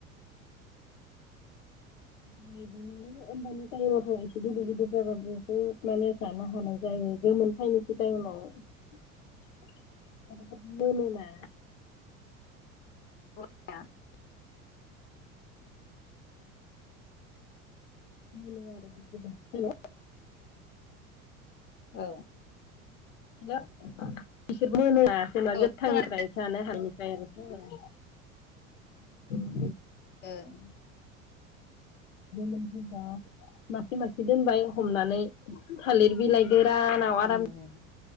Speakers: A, on the left (about 65°); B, on the left (about 25°).
A: बिदिनो होमबानि टाइमावथ' एसे गिदिर गिदिर जाबाबो एसे माने जानो हानाय जायो गोमोन फैनोसै टाइमाव। <unintelligible> एम्फौ गोमोना
B: <unintelligible>
A: <unintelligible>
B: ओ।
A: <unintelligible> जेनेबा
B: औ
A: गोथांफ्राय
B: खोनादों
A: जानो हानायनिफ्राय आरो <unintelligible>
B: ओं
A: <inaudible> मासे मासे दोनबाय हमनानै थालिर बिलाइ गोरानाव
B: उम
A: आराम
B: उम